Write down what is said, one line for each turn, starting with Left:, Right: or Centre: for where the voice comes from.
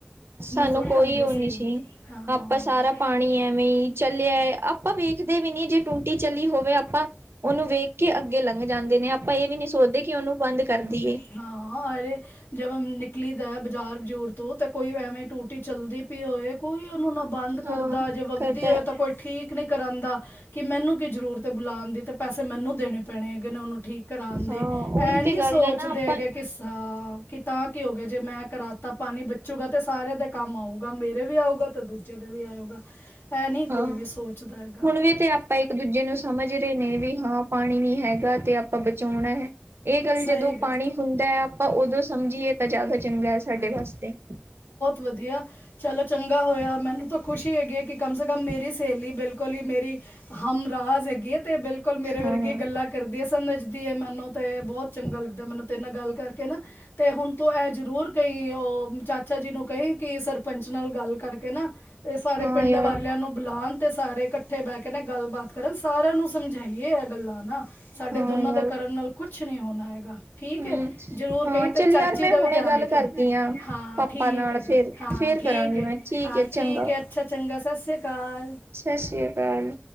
Right: ਸਾਨੂੰ
Left: ਥੋੜ੍ਹੀ
Right: ਕੋਈ
Left: ਆਉਂਦੀ
Right: ਓ ਨੀ ਸੀ,
Left: ਹਾਂ
Right: ਆਪਾਂ ਸਾਰਾ ਪਾਣੀ ਐਵੇਂ ਈ ਚਲੇਆ ਏ, ਆਪਾਂ ਵੇਖਦੇ ਵੀ ਨੀ ਜੇ ਟੁੱਟੀ ਚੱਲੀ ਹੋਵੇ ਆਪਾਂ ਓਨੂੰ ਵੇਖ ਕੇ ਅੱਗੇ ਲੰਘ ਜਾਂਦੇ ਨੇ, ਆਪਾਂ ਏ ਵੀ ਨੀ ਸੋਚਦੇ ਕਿ ਓਨੂੰ ਬੰਦ ਕਰ ਦੀਏ।
Left: ਹਾਂ ਅਰੇ ਜਵੇ ਨਿਕਲੀ ਦਾ ਬਾਜ਼ਾਰ ਬਜ਼ੂਰ ਤੋਂ ਤਾਂ ਕੋਈ ਐਵੇਂ ਟੂ ਟੀ ਚੱਲਦੀ ਪਈ ਹੋਏ ਕੋਈ ਓਨੂੰ ਨਾ ਬੰਦ ਕਰਦਾ,
Right: ਹਾਂ
Left: ਜੇ ਵੱਗਦੀ
Right: ਕਰਦਾ
Left: ਹੋਏ ਤਾਂ ਕੋਈ ਠੀਕ ਨੀ ਕਰਾਂਦਾ ਕਿ ਮੈਨੂੰ ਕੀ ਜ਼ਰੂਰਤ ਏ ਬੁਲਾਨ ਦੀ ਤੇ ਪੈਸੇ ਮੈਨੂੰ ਦੇਨੇ ਪੈਣੇ ਹੈਗੇ ਨੇ ਓਨੂੰ ਠੀਕ ਕਰਾਨ ਦੇ,
Right: ਹਾਂ
Left: ਐਂ
Right: ਉਹੀ ਤੇ
Left: ਨੀ
Right: ਗੱਲ
Left: ਸੋਚਦੇ
Right: ਹੈ ਨਾ ਆਪਾਂ
Left: ਹੈਗੇ, ਕਿ ਹਾਂ ਕਿ ਤਾਂ ਕੀ ਹੋ ਗਯਾ ਜੇ ਮੈਂ ਕਰਾਤਾ, ਪਾਨੀ ਬਚੂਗਾ ਤੇ ਸਾਰੇਆਂ ਦੇ ਕੰਮ ਆਊਗਾ ਮੇਰੇ ਵੀ ਆਊਗਾ ਤੇ ਦੂਜੇ ਜੇ ਦੇ ਵੀ ਆਊਗਾ ਐ ਨਈ
Right: ਹਾਂ
Left: ਕੋਈ ਵੀ ਸੋਚਦਾ ਹੈਗਾ।
Right: ਹੁਣ ਵੀ ਤੇ ਆਪਾਂ ਇੱਕ ਦੂਜੇ ਨੂੰ ਸਮਝ ਰਹੇ ਨੇ ਵੀ ਹਾਂ ਪਾਣੀ ਨੀ ਹੈਗਾ ਤੇ ਆਪਾਂ ਬਚਾਉਣਾ ਐ। ਏ ਗੱਲ
Left: ਸਹੀ
Right: ਜਦੋਂ
Left: ਗੱਲ।
Right: ਪਾਣੀ ਹੁੰਦਾ ਹੈ ਆਪਾਂ ਉਦੋਂ ਸਮਝੀਏ ਤਾਂ ਜਾਦਾ ਚੰਗਾ ਐ ਸਾਡੇ ਵਾਸਤੇ।
Left: ਵਦੀਆ। ਚਲੋ ਚੰਗਾ ਹੋਏਆ ਮੈਨੂੰ ਤਾਂ ਖੁਸ਼ੀ ਹੈਗੀ ਐ ਕਿ ਕਮ ਸੇ ਕਮ ਮੇਰੀ ਸੇਲੀ ਬਿਲਕੁਲ ਈ ਮੇਰੀ ਹਮਰਾਜ ਹੈਗੀ ਏ ਤੇ ਬਿਲਕੁਲ ਮੇਰੇ
Right: ਹਾਂ
Left: ਵਰਗੀ ਗੱਲਾਂ ਕਰਦੀ ਏ, ਸਮਝਦੀ ਏ ਮੈਨੂੰ ਤੇ ਬੋਤ ਚੰਗਾ ਲੱਗਦਾ ਮੈਨੂੰ ਤੇਰੇ ਨਾਲ ਗੱਲ ਕਰਕੇ ਨਾ ਤੇ ਹੁਨ ਤੂੰ ਐ ਜ਼ਰੂਰ ਕਈ ਓ ਚਾ ਚਾਚਾ ਜੀ ਨੂੰ ਕਏ ਕਿ ਸਰ ਪੰੰਚ ਨਾਲ ਗੱਲ ਕਰਕੇ ਨਾਂ ਏਹ ਸਾਰੇ
Right: ਹਾਂ
Left: ਪਿੰਡ
Right: ਯਾਰ
Left: ਵਾਲਿਆਂ ਨੂੰ ਬੁਲਾਣ ਤੇ ਸਾਰੇ ਕੱ ਕੱਠੇ ਬਹਿ ਕੇ ਨਾਂ ਗੱਲਬਾਤ ਕਰਨ। ਸਾਰਿਆਂ ਨੂੰ ਸਮਝਾਈਏ ਏ ਗੱਲਾਂ ਨਾ। ਸਾਡੇ
Right: ਹਾਂ
Left: ਦੋਨਾਂ
Right: ਯਾਰ
Left: ਦੇ ਕਰਨ ਨਾਲ ਕੁਛ ਨੀਂ ਹੋਣਾ। ਠੀਕ
Right: ਹੂੰ,
Left: ਐ, ਜਰੂਰ
Right: ਹਾਂ
Left: ਕ ਈਂ ਤੇ
Right: ਚੱਲ
Left: ਚਾਚੀ
Right: ਯਾਰ ਮੈਂ
Left: ਦਾ ਵੀ
Right: ਹੁਣੇ
Left: ਧਿਆਨ
Right: ਗੱਲ
Left: ਰਖੇ।
Right: ਕਰਦੀ ਆਂ।
Left: ਹਾਂ,
Right: ਪਾਪਾ
Left: ਠੀਕ
Right: ਨਾਲ
Left: ਐ।
Right: ਫੇਰ,
Left: ਹਾਂ
Right: ਫੇਰ
Left: ਠੀਕ
Right: ਕਰਾਂਗੀ
Left: ਐ,
Right: ਮੈਂ
Left: ਹਾਂ
Right: ਏ ਚੰਗਾ।
Left: ਠੀਕ ਐ। ਅੱਛਾ, ਚੰਗਾ ਸਤਿ ਸ਼੍ਰੀ ਅਕਾਲ।
Right: ਸਤਿ ਸ਼੍ਰੀ ਅਕਾਲ।